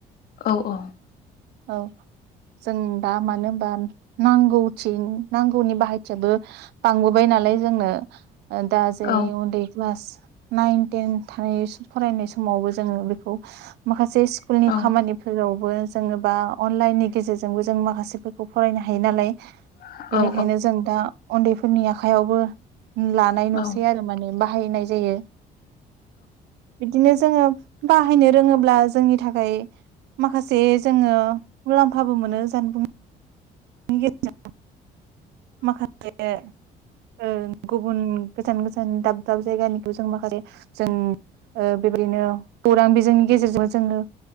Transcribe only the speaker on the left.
औ औ।
औ
औ
औ
औ
औ